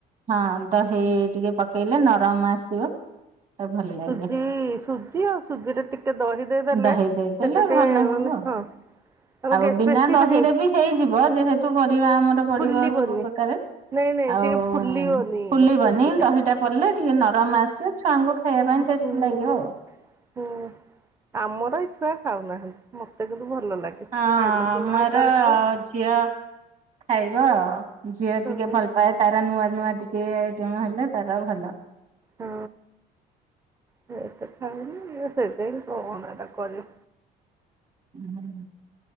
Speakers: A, on the right (about 45°); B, on the right (about 15°).
A: ହଁ ଦହି ଟିକେ ପକେଇଲେ ନରମ ଆସିବ ତ ଭଲ ଲାଗେ
B: ସୁଜି ସୁଜି ଆଉ ସୁଜିରେ ଟିକେ ଦହି ଦେଇଦେଲେ
A: ଦହି ଦେଇଦେଲେ
B: ସେଟା ଟିକେ
A: ଭଲ ହବ
B: ମାନେ ହଁ ମାନେ
A: ଆଉ
B: ଗେସ୍
A: ବିନା
B: ବେଶୀ
A: ଦହିରେ
B: ନାହିଁ
A: ବି ହେଇଯିବ ଯେହେତୁ ପରିବା ଆମର ପଡିବ
B: ଫୁଲିବନି।
A: ସବୁ ପ୍ରକାରେ
B: ନାଇଁ ନାଇଁ
A: ଆଉ
B: ଟିକେ ଫୁଲିବନି
A: ଖୁଲିବନି
B: ସୁଜିଟା।
A: ଦହିଟା ପଡ଼ିଲେ ଟିକେ ନରମ ଆସେ ଛୁଆଙ୍କୁ ଖାଇବା ପାଇଁ
B: ହୁଁ
A: ଟେଷ୍ଟି
B: ହୁଁ
A: ଲାଗିବ
B: ହୁଁ
A: ଆଉ।
B: ହୁଁ ଆମର ଏଇ ଛୁଆ ଖାଉନାହାନ୍ତି ମତେ କିନ୍ତୁ ଭଲ ଲାଗେ।
A: ହଁ
B: ଖାଇଲେ
A: ଅଁ ଆମର
B: ସିନା କରିକି ଦବୁ।
A: ଅ ଝିଅ ଖାଇବ ଆଉ ଝିଅ
B: ହଁ
A: ଟିକେ ଭଲ ପାଏ ତାର ନୂଆ ନୂଆ ଟି କେ ଆଇଟମ ହେଲେ ତାର ଭଲ।
B: ହଁ ସେତ ଖାଉନି ସେଇଥିପାଇିଁ କଣ ଏରା କରିବ।
A: ହୁଁ।